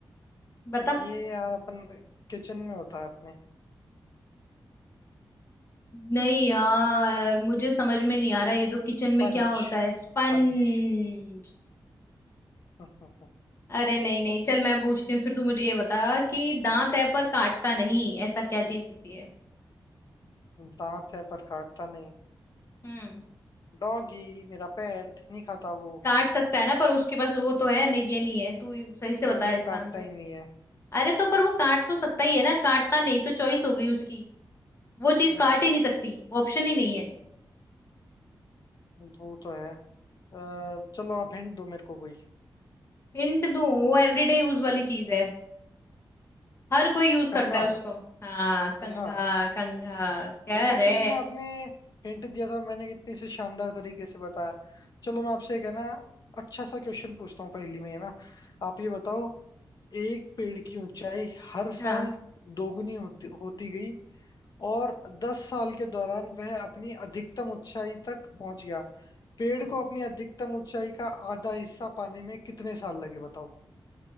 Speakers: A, on the left; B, on the left.
A: बता
B: ये यार अपन किचन में होता है अपने
A: नहीं यार मुझे समझ में नहीं आ रहा ये तो किचन
B: Sponge
A: में क्या होता है स्पंज
B: sponge <laughs>
A: अरे नहीं नहीं चल मैं पूछती हूँ फिर तू मुझे ये बता कि दांत है पर काटता नहीं ऐसा क्या चीज होती है
B: दांत है पर काटता नहीं
A: हम्म
B: डॉगी मेरा पेट नहीं खाता वो
A: काट सकता है ना पर उसके पास वो तो है नहीं ये नहीं है तू ही सही से
B: नहीं
A: बता
B: वो
A: इसका
B: काटता
A: आंसर
B: ही नहीं है
A: अरे तो पर वो काट तो सकता ही है ना काटता नहीं तो चॉइस हो गई उसकी वो चीज
B: हम्म
A: काट ही नहीं सकती ऑप्शन ही नहीं है
B: वो तो है अ, चलो आप हिंट दो मेरे को कोई
A: हिंट दूं वो एवरीडे यूज वाली चीज है हर कोई यूज
B: कंगा
A: करता है उसको हाँ कंघा
B: कंगा
A: कंघा क्या
B: देखा
A: रे
B: कितना आपने हिंट दिया था और मैंने कितनी से शानदार तरीके से बताया चलो मैं आपसे एक है ना अच्छा सा क्वेश्चन पूछता हूँ पहेली में है ना आप ये बताओ एक पेड़ की ऊंचाई हर
A: हाँ
B: साल दोगुनी होती होती गई और दस साल के दौरान वह अपनी अधिकतम ऊंचाई तक पहुंच गया पेड़ को अपनी अधिकतम ऊंचाई का आधा हिस्सा पाने में कितने साल लगे बताओ